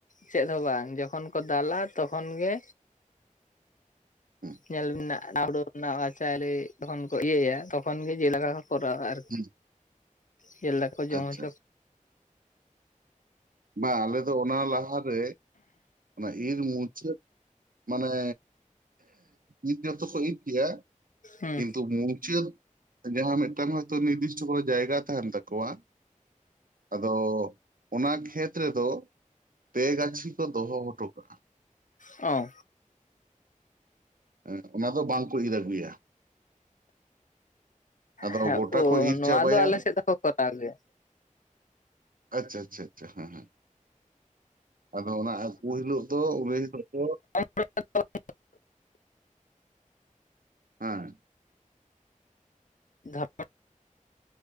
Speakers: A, on the left (about 65°); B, on the right (about 85°).
A: ᱪᱮᱫ ᱦᱚᱸ ᱵᱟᱝ ᱡᱚᱠᱷᱚᱱ ᱠᱚ ᱫᱟᱞᱟ ᱛᱚᱠᱷᱚᱱ ᱜᱮ,
B: ᱦᱩᱸ
A: ᱧᱮᱞ ᱢᱮᱱᱟᱜ ᱦᱩᱲᱩ ᱨᱮᱱᱟᱜ ᱪᱟᱣᱞᱮ ᱡᱚᱠᱷᱚᱱ ᱠᱚ ᱤᱭᱟᱹᱭᱟ ᱛᱚᱠᱷᱚᱱ ᱜᱮ ᱡᱮᱞᱮᱠᱟ <inaudible> ᱠᱚᱨᱟᱣ ᱟᱨ
B: ᱦᱩᱸ,
A: ᱡᱮᱞ ᱫᱟᱠᱟ ᱡᱚᱢ
B: ᱟᱪᱪᱷᱟ
A: ᱦᱚᱪᱚ
B: ᱵᱟᱝ ᱟᱞᱮ ᱫᱚ ᱚᱱᱟ ᱞᱟᱦᱟᱨᱮ ᱚᱱᱟ ᱤᱨ ᱢᱩᱪᱟᱹᱫ ᱢᱟᱱᱮ ᱤᱨ ᱡᱚᱛᱚ ᱠᱚ ᱤᱨ ᱜᱮᱭᱟ᱾
A: ᱦᱩᱸ
B: ᱠᱤᱱᱛᱩ ᱢᱩᱪᱟᱹᱫ ᱡᱟᱦᱟᱸ ᱢᱤᱫᱴᱟᱝ ᱦᱚᱭᱛᱚ ᱱᱤᱨᱫᱤᱥᱴᱚ ᱠᱚᱱᱚ ᱡᱟᱭᱜᱟ ᱛᱟᱦᱮᱱ ᱛᱟᱠᱚᱣᱟ, ᱟᱫᱚ ᱚᱱᱟ ᱠᱷᱮᱛ ᱨᱮᱫᱚ ᱯᱮ ᱜᱟᱹᱪᱷᱤ ᱠᱚ ᱫᱚᱦᱚ ᱦᱚᱴᱚ ᱠᱟᱜᱼᱟ᱾
A: ᱚ
B: ᱦᱩᱸ ᱚᱱᱟ ᱫᱚ ᱵᱟᱝᱠᱚ ᱤᱨ ᱟᱜᱩᱭᱟ᱾ ᱟᱫᱚ
A: ᱦᱮᱸ
B: ᱜᱚᱴᱟ
A: ᱳ
B: ᱠᱚ ᱤᱨ
A: ᱱᱚᱣᱟ
B: ᱪᱟᱵᱟᱭᱟ
A: ᱫᱚ ᱟᱞᱮ ᱥᱮᱫ ᱫᱚᱠᱚ ᱠᱚᱨᱟᱣ ᱜᱮᱭᱟ
B: ᱟᱪᱪᱷᱟ ᱟᱪᱪᱷᱟ ᱟᱪᱪᱷᱟ ᱦᱮᱸ ᱦᱮᱸ ᱟᱫᱚ ᱚᱱᱟ ᱟᱜᱩ ᱦᱤᱞᱳᱜ ᱫᱚ ᱩᱱ ᱦᱤᱞᱳᱜ ᱫᱚ
A: <unintelligible>
B: ᱦᱮᱸ
A: <unintelligible>